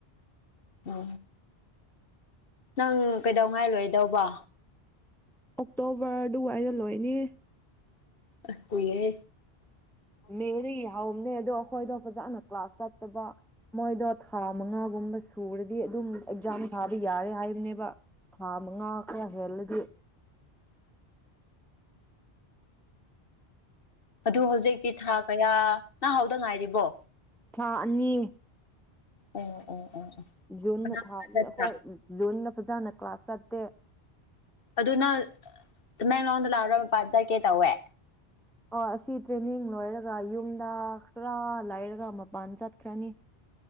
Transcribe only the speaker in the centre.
ꯑꯣꯛꯇꯣꯕꯔ ꯑꯗꯨꯋꯥꯏꯗ ꯂꯣꯏꯅꯤ
ꯃꯦꯔꯤ ꯍꯝꯅꯦ ꯑꯗꯣ ꯑꯩꯈꯣꯏꯗꯣ ꯐꯖꯅ ꯀ꯭ꯂꯥꯁ ꯆꯠꯇꯕ ꯃꯣꯏꯗꯣ ꯊꯥ ꯃꯉꯥꯒꯨꯝꯕ ꯁꯨꯔꯗꯤ ꯑꯗꯨꯝ ꯑꯦꯛꯖꯥꯝ ꯊꯥꯕ ꯌꯥꯔꯦ ꯍꯥꯏꯕꯅꯦꯕ ꯊꯥ ꯃꯉꯥ ꯈꯔ ꯍꯦꯜꯂꯗꯤ
ꯊꯥ ꯑꯅꯤ
ꯖꯣꯟ
ꯊꯥ
ꯍꯣꯏꯖꯣꯟ ꯐꯖꯥꯅ ꯀ꯭ꯂꯥꯁ ꯆꯠꯇꯦ
ꯑ ꯑꯁꯤ ꯇ꯭ꯔꯦꯅꯤꯡ ꯂꯣꯏꯔꯒ ꯌꯨꯝꯗ ꯈꯔ ꯂꯩꯥꯏꯔꯒ ꯃꯄꯥꯟ ꯆꯠꯈ꯭ꯔꯅꯤ